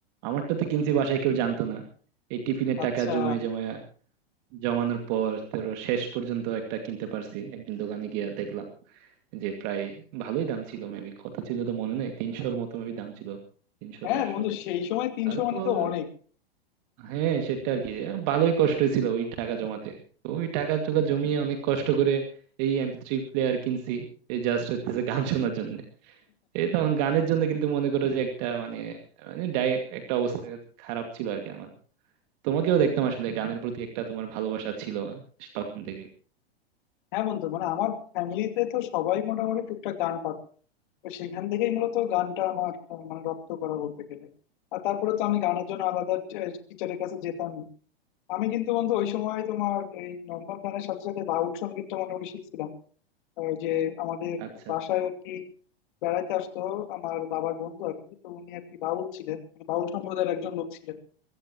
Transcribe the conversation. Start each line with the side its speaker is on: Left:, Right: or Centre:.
Right: আমারটা তো কিনছি বাসায় কেউ জানতো না এই টিফিনের
Left: আচ্ছা
Right: টাকা জমায় জমায়া জমানোর পর তোর শেষ পর্যন্ত একটা কিনতে পারছি একদিন দোকানে গিয়ে দেখলাম যে প্রায় ভালোই দাম ছিল মেবি কত ছিল তো মনে নেই তিনশোর মতো মেবি দাম ছিল তিনশো
Left: হ্যাঁ
Right: চারশো
Left: বন্ধু সেই সময় তিনশো
Right: তারপর
Left: মানে তো অনেক
Right: হ্যাঁ সেটা আর কি ভালোই কষ্ট ছিল ওই টাকা জমাতে তো ওই টাকা টাকা জমিয়ে অনেক কষ্ট করে এই এমপি থ্রি প্লেয়ার কিনছি এই জাস্ট হচ্ছে গান শোনার জন্য এই তখন গানের জন্য কিন্তু মনে করো যে একটা মানে মানে ডাই- একটা অবস্থা খারাপ ছিল আর কি আমার তোমাকেও দেখতাম আসলে গানের প্রতি একটা তোমার ভালোবাসা ছিল তখন থেকে
Left: হ্যাঁ বন্ধু মানে আমার ফ্যামিলিতে তো সবাই মোটামুটি টুকটাক গান পারতো তো সেখান থেকেই মূলত গানটা আমার আহ, মানে রপ্ত করা বলতে গেলে আর তারপরে তো আমি গানের জন্য আলাদা টিচারের কাছে যেতাম আমি কিন্তু বন্ধু ওই সময় তোমার এই নর্মাল গানের সাথে সাথে বাউল সঙ্গীতটা মোটামুটি শিখছিলাম আহ, যে আমাদের
Right: আচ্ছা
Left: বাসায়
Right: আচ্ছা
Left: আর কি বেড়াইতে আসতো আমার বাবার বন্ধু আর কি তো উনি আর কি বাউল ছিলেন মানে বাউল সম্প্রদায়ের একজন লোক ছিলেন